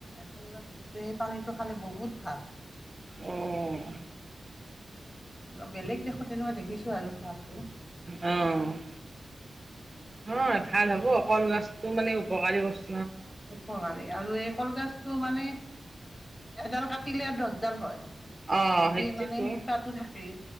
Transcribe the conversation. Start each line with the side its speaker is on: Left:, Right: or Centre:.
Left: তেনেকুৱা দেখিছো, সেই পানীটো খালে বহুত ভাল।
Right: অ'।
Left: বেলেগ দেশত তেনেকুৱা দেখিছোঁ আৰু পোৱাত
Right: অ'। অ', ভাল হ'ব, কলগছটো মানে উপকাৰী বস্
Left: উপকাৰী আৰু এই কলগছতটো মানে এডাল কা তিলে দছডাল হয়,
Right: অ'
Left: যদি
Right: সেইটোতো
Left: মানে শিপাটো থাকে।